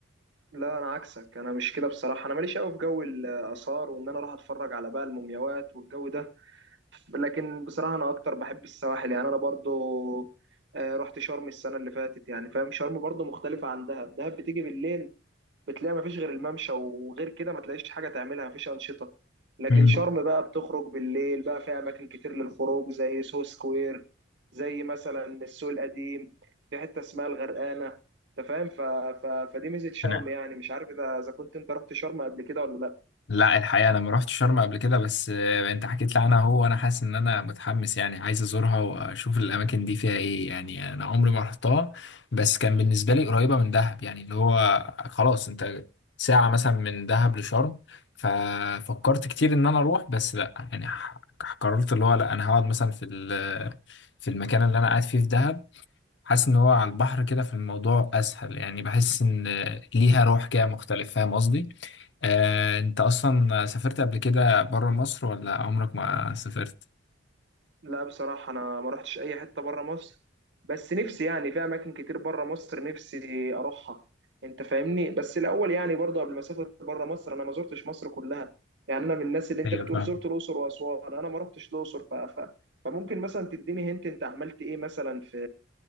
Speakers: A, on the right; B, on the left.
A: لا أنا عكسك أنا مش كده بصراحة أنا ماليش قوي في جو الآثار وإن أنا أروح أتفرج على بقى المومياوات والجو ده لكن بصراحة أنا أكتر بحب السواحل يعني أنا برضو آه، رحت شرم السنة اللي فاتت يعني فاهم شرم برضو مختلفة عن دهب دهب بتيجي بالليل بتلاقي مفيش غير الممشى وغير كده ما تلاقيش حاجة تعملها مفيش أنشطة لكن
B: مم.
A: شرم بقى بتخرج بالليل بقى فيها أماكن كتير للخروج زي سو سكوير زي مثلا السوق القديم في حتة اسمها الغرقانة أنت فاهم ف... ف... فدي ميزة شرم
B: انا
A: يعني مش عارف إذا إذا كنت أنت رحت شرم قبل كده ولا لأ
B: لا الحقيقة أنا ما رحت شرم قبل كده بس آه، أنت حكيت لي عنها هو وأنا حاسس إن أنا متحمس يعني عايز أزورها وأشوف الأماكن دي فيها إيه يعني أنا عمري ما رحتها بس كان بالنسبة لي قريبة من دهب يعني اللي هو خلاص أنت ساعة مثلا من دهب لشرم ففكرت كتير إن أنا أروح بس لا يعني ح- قررت اللي هو لا أنا هقعد مثلا في ال- في المكان اللي أنا قاعد فيه في دهب حاسس إن هو على البحر كده في الموضوع أسهل يعني بحس إن ليها روح كده مختلف فاهم قصدي؟ آه، انت اصلا سافرت قبل كده بره مصر ولا عمرك ما سافرت
A: لا بصراحة أنا ما رحتش أي حتة برا مصر بس نفسي يعني في أماكن كتير برا مصر نفسي أروحها أنت فاهمني بس الأول يعني برضه قبل ما أسافر برا مصر أنا ما زرتش مصر كلها يعني أنا من الناس اللي أنت
B: ايوه
A: بتقول
B: فاهم
A: زرت الأقصر وأسوان أنا ما رحتش الأقصر ف... ف... فممكن مثلا تديني هنت أنت عملت إيه مثلا في